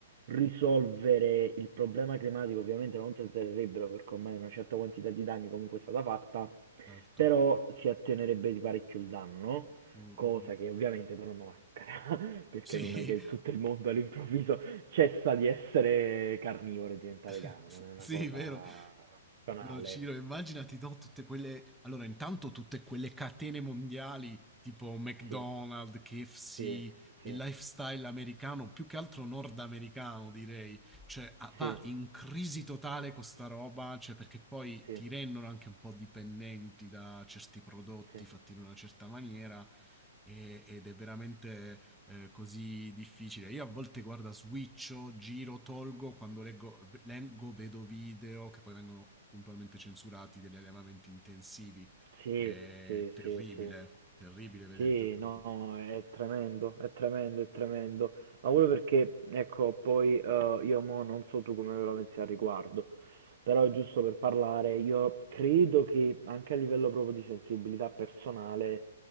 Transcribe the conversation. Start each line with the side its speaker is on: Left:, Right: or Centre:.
Right: risolvere il problema climatico ovviamente non si alzerebbero perché ormai una certa quantità di danni comunque è stata fatta,
Centre: Certo.
Right: però si attenerebbe di parecchio il danno,
Centre: Mm,
Right: cosa
Centre: mm, mm.
Right: che ovviamente però non accadrà, <laughs> perché
Centre: Sì,
Right: non è che tutto il mondo all'improvviso cessa di essere carnivoro e diventa
Centre: <laughs>
Right: vegano, non è una
Centre: Sì,
Right: cosa
Centre: vero.
Right: banale.
Centre: No, Ciro, immaginati, no, tutte quelle... Allora, intanto tutte quelle catene mondiali, tipo McDonald's,
Right: Sì,
Centre: KFC,
Right: sì, sì,
Centre: il lifestyle americano, più che altro nordamericano, direi. Cioè, ah, va
Right: sì,
Centre: in crisi totale con sta roba, cioè, perché poi
Right: sì,
Centre: ti rendono anche un po' dipendenti da certi prodotti
Right: sì.
Centre: fatti in una certa maniera e- ed è veramente eh, così difficile. Io a volte guarda, switcho, giro, tolgo, quando leggo, leggo, vedo video che poi vengono puntualmente censurati degli allevamenti intensivi.
Right: Sì,
Centre: È
Right: sì,
Centre: terribile,
Right: sì, sì.
Centre: terribile vedere
Right: Sì,
Centre: il trattamento.
Right: no, è tremendo, è tremendo, è tremendo. Ma quello perché, ecco, poi eh, io mo non so tu come ve la pensi al riguardo, però giusto per parlare, io credo che anche a livello proprio di sensibilità personale,